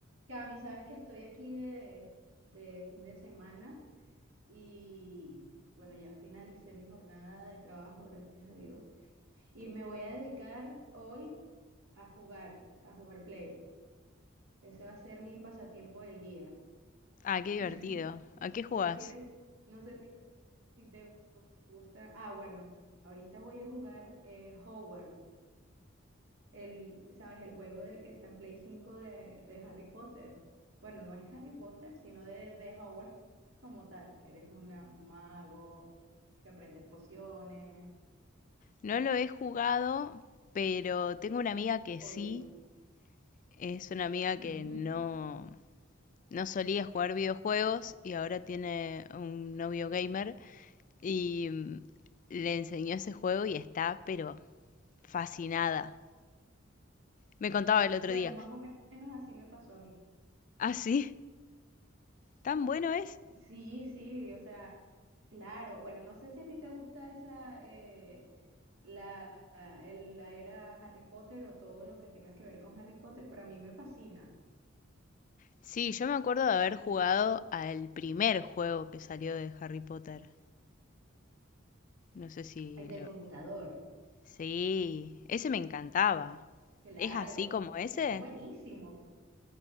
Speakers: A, on the right (about 85°); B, on the left (about 40°).
A: Cami, sabes que estoy aquí de, de fin de semana y bueno, ya finalicé mi jornada de trabajo, gracias a Dios. Y me voy a dedicar hoy a jugar, a jugar Play. Ese va a ser mi pasatiempo del día.
B: Ah, qué divertido.
A: <laughs>
B: ¿A qué jugás?
A: No sé si eres, no sé si, si te gusta. Ah, bueno, ahorita voy a jugar eh, Hogwarts. El, ¿sabes? El juego de, que está en Play 5 de, de Harry Potter. Bueno, no es Harry Potter, sino de, de Hogwarts como tal, que eres una, un mago, tienes que aprender pociones.
B: No lo he jugado, pero tengo una amiga que
A: Oye,
B: sí.
A: es buenísimo.
B: Es una amiga
A: <laughs>
B: que
A: Ujú.
B: no, no solía jugar videojuegos y ahora tiene un novio gamer. Y mm, le enseñó
A: Ah,
B: ese juego y está, pero fascinada. Me contaba el otro
A: Bueno,
B: día.
A: más o menos así me pasó a mí.
B: ¿Ah, sí? ¿Tan bueno es?
A: Sí, sí, o sea, claro. Bueno, no sé si a ti te gusta esa, eh, la, el- la era Harry Potter o todo lo que tenga que ver con Harry Potter, pero a mí me fascina.
B: Sí, yo me acuerdo de haber jugado al primer juego que salió de Harry Potter. No sé si
A: El del
B: lo,
A: computador.
B: Sí, ese me encantaba.
A: Claro,
B: ¿Es así como ese?
A: era buenísimo.